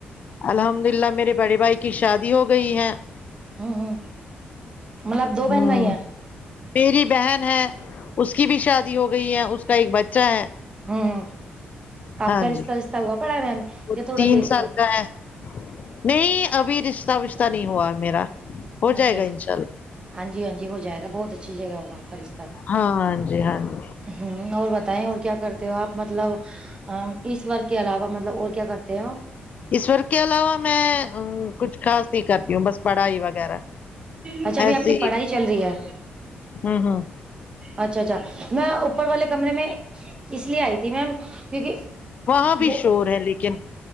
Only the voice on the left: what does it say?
الحمد للہ میرے بڑے بھائی کی شادی ہو گئی ہے
ہوں
میری بہن ہے اس کی بھی شادی ہو گئی ہے اس کا ایک بچہ ہے
ہاں
جی
وہ
تین
سال
کا ہے نہیں ابھی رشتہ وشتہ نہیں ہوا میرا ہو
جائے گا انشاء اللہ
ہاں جی ہاں جی
اسورک کے علاوہ میں کچھ خاص نہیں کرتی ہوں بس پڑھائی وگیرہ
ایسے
ہی
ہوں ہوں
وہاں بھی
شور ہے لیکن